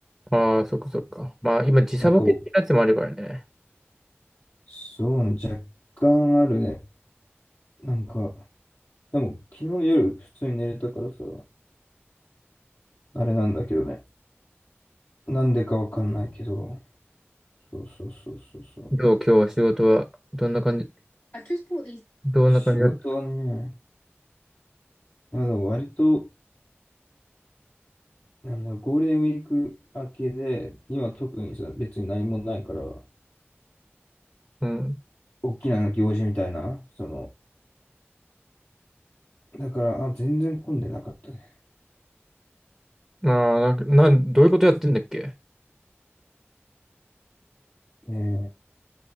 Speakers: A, in the centre; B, on the left.
A: ああ、そっかそっか。まあ今時差ボケってやつもあるからね。
B: なんか僕、そうね、若干あるね。なんか、でも昨日夜普通に寝れたからさ、あれなんだけどね。なんでかわかんないけど。そうそうそうそうそう。
A: どう今日は仕事はどんな感じ、
B: あ、結構いい。
A: どんな感じだった
B: 仕事はね、いやでも割と、なんだろう、ゴールデンウィーク明けで、今特にさ、別に何もないから、
A: うん。
B: 大きな行事みたいな、その、だから、あ、全然混んでなかったね。
A: ああ、なんか、なん、どういうことやってんだっけ
B: えー、